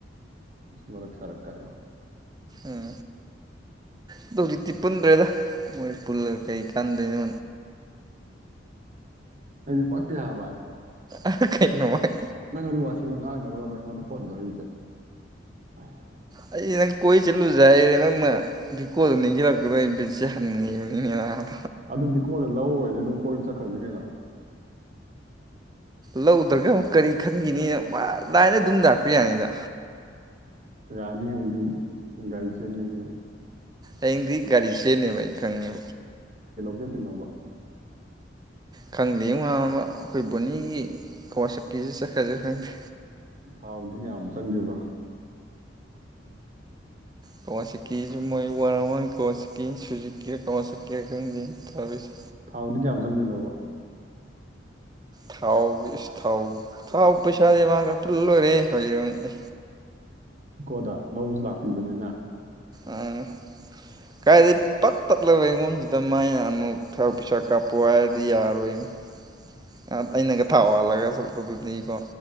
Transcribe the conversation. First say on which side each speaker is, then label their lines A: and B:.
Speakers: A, on the right (about 40°); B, on the right (about 20°).
A: ꯃꯔꯛ ꯁꯔꯛ ꯀꯣ
B: ꯎꯝ ꯑꯗꯣ ꯍꯧꯖꯤꯛꯇꯤ ꯄꯨꯟꯗ꯭ꯔꯦꯗ ꯃꯣꯏ ꯄꯨꯜꯂꯒ ꯀꯩ ꯀꯥꯟꯗꯣꯏꯅꯣ
A: ꯑꯩꯗꯤ ꯐꯥꯛꯇ ꯍꯥꯕꯚꯥꯏ
B: ꯑꯩꯈꯩ ꯅꯅꯨꯡꯉꯥꯏ
A: ꯅꯪ ꯑꯗꯨ ꯋꯥꯊꯤꯗꯣ ꯉꯥꯡꯅꯕ꯭ꯔꯣꯕ ꯑꯩꯉꯣꯟꯗ ꯐꯣꯟ ꯇꯧꯔꯛꯏꯁꯦ ꯍꯥꯏ
B: ꯑꯩ ꯅꯪ ꯀꯣꯏ ꯆꯠꯂꯨꯖ ꯑꯩꯔꯦ ꯅꯪꯅ ꯚꯀꯣꯗ ꯅꯤꯡꯁꯤꯜꯂꯛꯄꯗꯣ ꯑꯩ ꯕꯤꯠꯁꯦ ꯍꯟꯉꯤꯕꯅꯤꯅ ꯑ
A: ꯑꯗꯨꯗꯤ ꯀꯣꯂ ꯍ ꯑꯗꯨ ꯑꯗꯨꯝ ꯀꯣꯏ ꯆꯠꯈ꯭ꯔꯁꯤꯦ ꯀꯩꯅꯣ
B: ꯂꯧꯗ꯭ꯔꯒ ꯑꯃꯨꯛ ꯀꯔꯤ ꯈꯟꯈꯤꯅꯤꯅ ꯂꯥꯏꯅ ꯑꯗꯨꯝ ꯂꯥꯛꯄ ꯌꯥꯅꯤꯗ
A: ꯌꯥꯅꯤ ꯍꯥꯏꯗꯤ ꯒꯥꯔꯤ ꯆꯦꯟꯒꯅꯤꯌꯦ
B: ꯑꯩꯡꯗꯤ ꯒꯥꯔꯤꯁꯦꯅꯦꯕꯥꯏ ꯊꯦꯡꯣ
A: ꯇꯅꯣꯃ
B: ꯈꯪꯗꯦ ꯋꯥꯕ ꯑꯩꯈꯣꯏ ꯕꯣꯅꯤꯒꯤ ꯀꯋꯥꯁꯛꯀꯤꯁꯦ ꯆꯠꯀ꯭ꯔꯁꯦ ꯈꯪꯗꯦ
A: ꯇꯥꯎꯗ ꯌꯥꯗ ꯆꯟ꯭ꯔꯤꯕ
B: ꯀꯋꯥꯆꯤꯀꯤꯁꯨ ꯃꯣꯏ ꯋꯥꯔꯥꯡ ꯋꯥꯥꯡ ꯀꯋꯥ ꯆꯤꯀꯤ ꯁꯨꯖꯤꯀꯤꯦ ꯀꯋꯥ ꯆꯦꯀꯤꯌꯥ ꯈꯪꯗꯦ ꯇꯧꯔꯤꯁꯦ
A: ꯊꯥꯎꯅꯤ ꯀꯌꯥꯝꯃ ꯆꯪꯕꯤꯅꯣꯕ
B: ꯊꯥꯎꯒꯤ ꯏ ꯊꯥꯎ ꯊꯥꯎ ꯄꯩꯁꯥꯗꯤ ꯃꯥꯒ ꯄꯨꯜ ꯂꯣꯏꯔꯦ ꯍꯨꯡ ꯑꯦ
A: ꯏꯀꯣꯗ ꯂꯧꯕꯁꯨ ꯂꯥꯛꯄꯤꯕꯅꯤꯅ
B: ꯑꯥ ꯀꯥꯏꯗꯤ ꯄꯠ ꯇꯠꯂꯒ ꯑꯩꯉꯣꯟꯁꯤꯗ ꯃꯅ ꯑꯃꯨꯛ ꯊꯕꯛ ꯄꯩꯁꯥ ꯀꯥꯞꯄ ꯍꯥꯏꯔꯗꯤ ꯌꯥꯔꯣꯏꯅꯤ ꯑꯩꯅꯒ ꯊꯥꯎ ꯋꯥꯜꯂꯒ ꯆꯣꯠꯄꯗꯨꯅꯤꯀꯣ